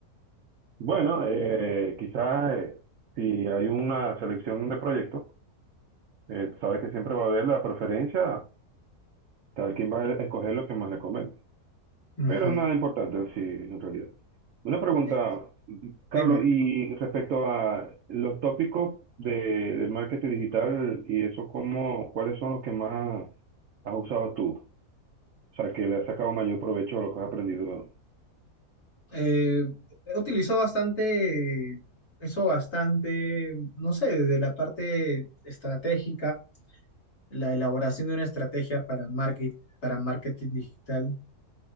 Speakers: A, on the right; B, on the left.
A: Bueno, eh, quizás eh, si hay una selección de proyectos, eh, sabes que siempre va a haber la preferencia, cada quien va a escoger lo que más le convenga. Pero
B: Ujú.
A: nada importante, sí, en realidad. Una pregunta,
B: Eh,
A: Carlos,
B: Dime,
A: y respecto a los tópicos de, de marketing digital y eso, ¿cómo, cuáles son los que más has usado tú? O sea, que le has sacado mayor provecho a lo que has aprendido.
B: eh, He utilizado bastante, eh, eso bastante, no sé, desde la parte estratégica, la elaboración de una estrategia para market, para marketing digital,